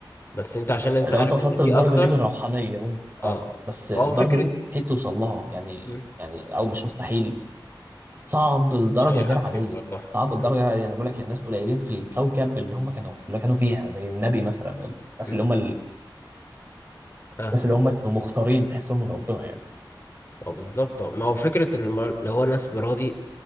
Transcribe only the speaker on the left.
بس انت عشان انت
عارف
ان في
اكتر
اه
فهو فكره
مم.
مش اي
حد
يوصل له
مم.
مم.
آه.
اه بالظبط ما هو فكرة إن الم- اللي هو ناس براضي